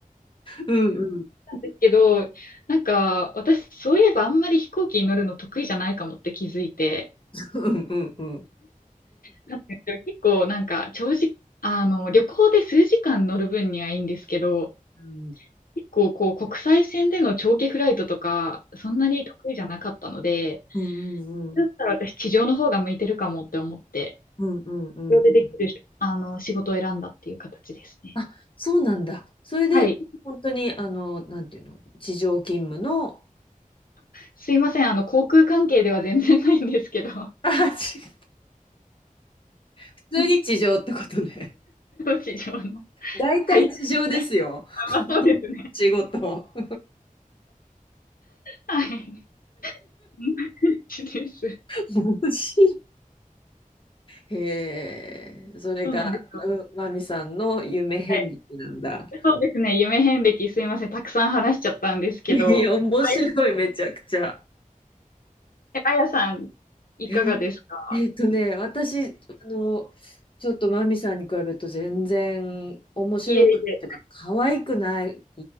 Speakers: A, on the left (about 35°); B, on the left (about 80°).
A: うんうん
B: なんですけど、なんか、私、そういえばあんまり飛行機に乗るの得意じゃないかもって気づいて、
A: うんうんうん。
B: なんですよ結構なんか長時、あの、旅行で数時間乗る分にはいいんですけど、
A: うん
B: 結構こう国際線での長期フライトとか、そんなに得意じゃなかったので、
A: うんうん
B: だったら私地上の方が向いてるかもって思って、
A: うんうんうんうん
B: 地上でできる、あの、仕事を選んだっていう形ですね。
A: あ、そうなんだ。それで、
B: はい。
A: 本当に、あの、なんていうの、地上勤務の、
B: すいません。あの、航空関係では全然ないんですけど、
A: あ、違う。普通に地上ってことね。
B: <laughs> 地上の
A: 大体地上ですよ。
B: 会社はそうですね。
A: <laughs> 仕事。<laughs>
B: はい。<laughs> 同じです。
A: 面白い。へえ、それが、
B: そうなんですよ。
A: うん、マミさんの夢遍歴なんだ。
B: はいそうですね。夢遍歴すいません。たくさん話しちゃったんですけど。
A: いやいや、面白い、
B: あ
A: めちゃくちゃ。
B: や、あやさん、いかがですか
A: えーえっとね、私、あの、ちょっとマミさんに比べると全然面白くっていうか、
B: いえいえ。
A: 可愛くない